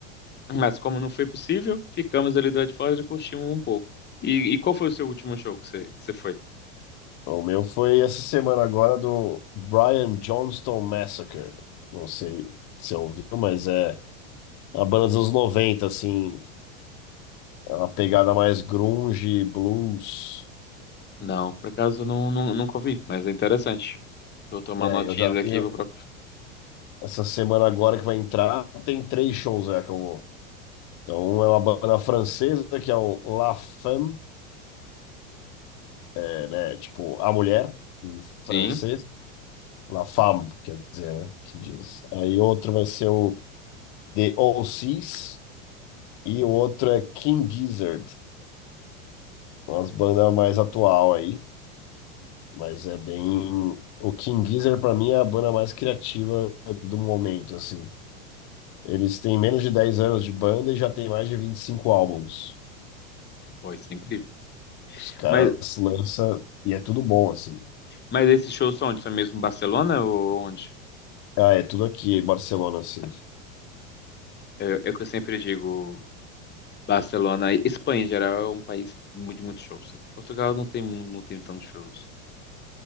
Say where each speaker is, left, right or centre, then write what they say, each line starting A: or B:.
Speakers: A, on the left; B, on the left.
A: mas como não foi possível, ficamos ali do lado de fora e curtimos um pouco. E, e qual foi o seu último show que você, que você foi?
B: O meu foi essa semana agora do Brian Johnston Massacre. Não sei se você ouviu, mas é a banda dos anos 90, assim, é uma pegada mais grunge, blues.
A: Não, por acaso não, não, nunca ouvi, mas é interessante. Vou tomar
B: É,
A: notinhas
B: eu já
A: aqui,
B: tenho
A: vou procurar.
B: essa semana agora que vai entrar, tem três shows é que eu vou. Então é uma banda francesa que é o La Femme, é, né, tipo a mulher em
A: Sim,
B: francês, La Femme, quer dizer, né, que diz. Aí outro vai ser o The O C's e o outro é King Gizzard, umas bandas mais atual aí, mas é bem. O King Gizzard pra mim é a banda mais criativa do momento, assim. Eles têm menos de 10 anos de banda e já tem mais de 25 álbuns.
A: foi, isso é incrível.
B: Os caras
A: Mas
B: lançam e é tudo bom, assim.
A: Mas esses shows são onde? São mesmo em Barcelona ou onde?
B: Ah, é tudo aqui em Barcelona, assim.
A: É, é o que eu sempre digo, Barcelona. Espanha, em geral, é um país mu- de muitos shows. Portugal não tem, mu- não tem tantos shows.